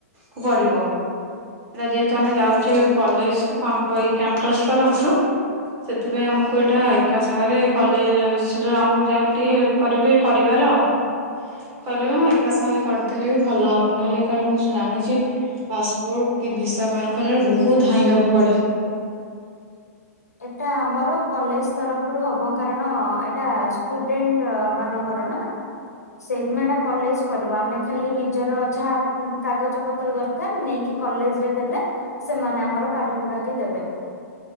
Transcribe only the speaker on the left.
ଏଟା ଆମର କଲେଜ ତରଫରୁ ହବ। କାରଣ ଏଟା ଷ୍ଟୁଡେଣ୍ଟ ମାନଙ୍କର ନା। ସେଇଦିନଟା କଲେଜ କରିବ, ଆମେ ଖାଲି ନିଜର ଯାହା କାଗଜ ପତ୍ର ଦରକ କାର ନେଇକି କଲେଜ ରେ ଦେଲେ ସେମାନେ ଆମର କାଢି କୁଡା କି ଦେବେ।